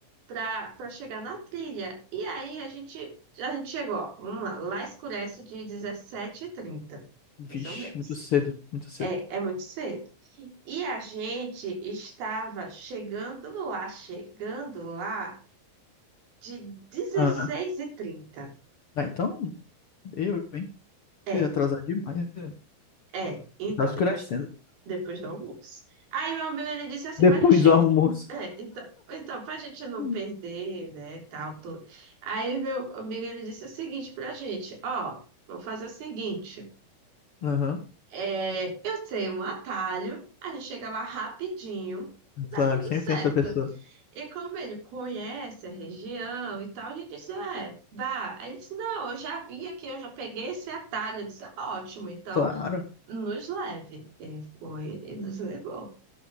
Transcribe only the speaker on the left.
Vixe,
muito cedo, muito cedo.
Ah,
ah, então, eu, hein, se
atrasar demais... né?
Tá escurecendo.
Depois
do almoço.
Hum.
Aham,
Claro,
sempre
tem essa pessoa.
Claro.